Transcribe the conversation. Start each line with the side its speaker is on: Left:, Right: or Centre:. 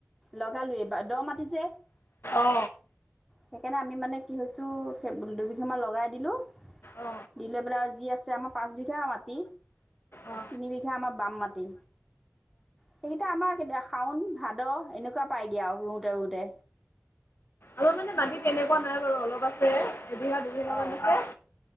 Centre: লগালোৱে এবাৰ দ' মাটি যে।
Left: অ
Centre: সেইকাৰণে আমি মানে কি হৈছো সেই বোল <unintelligible> গা মান লগাই দিলো,
Left: অ
Centre: দিলৈ পেলাই আও যি আছে আমাৰ পাঁচ আও বিঘা মাটি।
Left: অ
Centre: তিনিবিঘা আমাৰ বাম মাটি। সেইকেইটা আমাৰ কেতিয়া শাওন ভাদ এনেকোৱা পায়গে আও ৰুওঁতে ৰুওঁতে।
Left: আমাৰ মানে মাটি এনেকুৱা নাই বাৰু অলপ আছে, এবিঘা দুবিঘা
Centre: অঁ
Left: মান আছে।